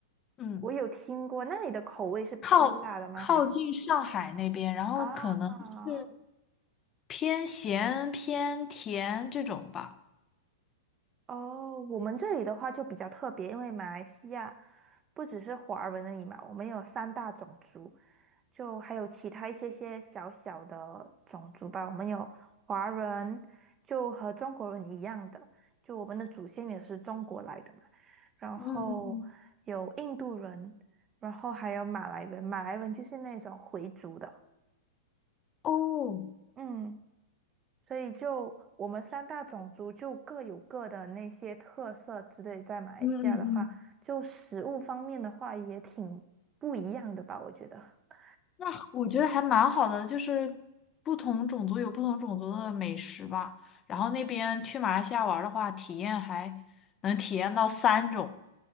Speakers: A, on the left; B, on the right.
A: 嗯，
B: 我有听过，那你的口味是偏辣的吗？
A: 靠靠近上海那边，
B: 还是
A: 然后可能是
B: 啊？
A: 偏咸偏甜这种吧。
B: 哦，我们这里的话就比较特别，因为马来西亚不只是华人而已嘛，我们有三大种族，就还有其他一些些小小的种族吧。我们有华人，就和中国人一样的，就我们的祖先也是中国来的嘛。然后有印度人，
A: 嗯嗯嗯
B: 然后还有马来人，马来人就是那种回族的。
A: 哦，
B: 嗯。所以就我们三大种族就各有各的那些特色之类，在马来西亚的话，
A: 嗯嗯嗯。
B: 就食物方面的话也挺不一样的吧，我觉得。<laughs>
A: 那我觉得还蛮好的，就是不同种族有不同种族的美食吧。然后那边去马来西亚玩儿的话，体验还能体验到三种。